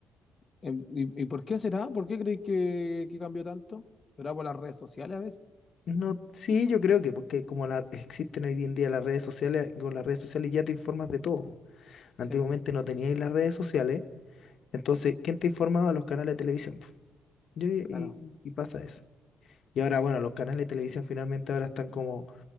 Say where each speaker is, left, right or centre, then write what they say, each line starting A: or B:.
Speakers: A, on the left; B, on the left.
A: Em, ¿Y, y por qué será? ¿Por qué crees que, que cambió tanto? ¿Será por las redes sociales a veces?
B: No, sí, yo creo que porque como la- existen hoy en día las redes sociales, con las redes sociales ya te informas de todo. po. Antiguamente
A: Sí, po,
B: no teníais las redes sociales, entonces, ¿quién te informaba? Los canales de televisión. po. Yo- Y,
A: claro.
B: y pasa eso. Y ahora, bueno, los canales de televisión finalmente ahora están como,